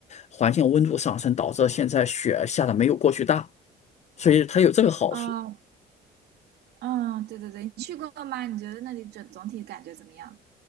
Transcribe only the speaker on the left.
环境温度上升，导致现在雪下的没有过去大，所以它有这个好处